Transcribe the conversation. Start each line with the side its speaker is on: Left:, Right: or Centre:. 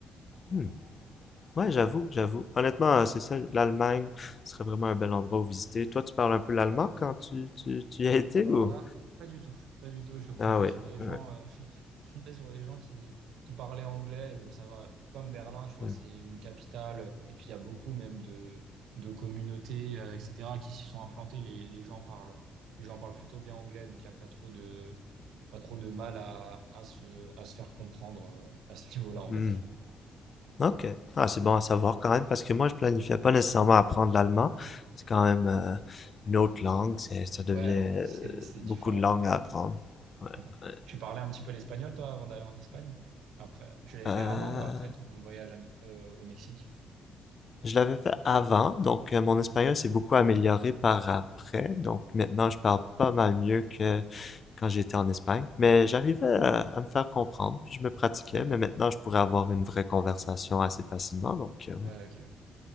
Left: hmm. Ouais, j'avoue, j'avoue. Honnêtement, euh, c'est ça, l'Allemagne ce serait vraiment un bel endroit où visiter. Toi, tu parles un peu l'allemand quand tu, tu, tu y as été
Right: Alors
Left: ou?
Right: là, pas du tout, pas du tout. Je comptais
Left: Ah oui,
Right: sur les
Left: ouais.
Right: gens, euh, <laughs> je comptais sur les gens qui, qui parlaient anglais. Et bon, ça va. Comme Berlin, tu vois,
Left: Hmm,
Right: c'est une capitale. Et puis il y a beaucoup même de, de communautés, euh, etc., qui s'y sont implantées. Les, les gens parlent, les gens parlent plutôt bien anglais, donc il n'y a pas trop de, pas trop de mal à, à se, à se faire comprendre euh, à ce niveau-là, on
Left: hmm.
Right: va dire.
Left: Ok. Ah, c'est bon à savoir quand même parce que moi, je planifiais pas nécessairement apprendre l'allemand. C'est quand même euh, une autre langue. C'est, ça devient
Right: Ouais, ouais,
Left: euh,
Right: c'est, c'est différent
Left: beaucoup de langues
Right: quand même.
Left: à apprendre. Ouais.
Right: <laughs>
Left: ouais.
Right: Tu parlais un petit peu l'espagnol, toi, avant d'aller en Espagne? Après, tu l'avais
Left: Euh,
Right: fait avant ou après ton voyage à- euh, au Mexique?
Left: Je l'avais fait avant, donc euh, mon
Right: Ok.
Left: espagnol s'est beaucoup amélioré par après. Donc maintenant, je parle pas mal mieux que quand j'étais en Espagne. Mais j'arrivais à, à me faire comprendre, puis je me pratiquais.
Right: D'accord.
Left: Mais maintenant, je pourrais avoir une vraie conversation assez facilement. Donc euh, ouais,
Right: Ouais, ok. ouais.